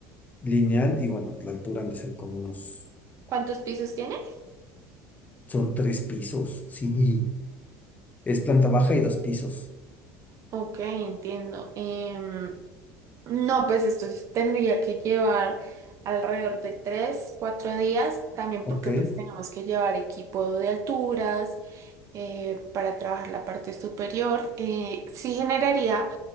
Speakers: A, on the left; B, on the right.
A: lineal, y bueno, la altura han de ser como unos,
B: ¿Cuántos pisos tiene?
A: son tres pisos, sí, es planta baja y dos pisos,
B: Ok, entiendo. Em, no, pues esto es- tendría que llevar alrededor de tres, cuatro días, también
A: ok,
B: porque pues tenemos que llevar equipo de alturas eh, para trabajar la parte superior. Eh, sí generaría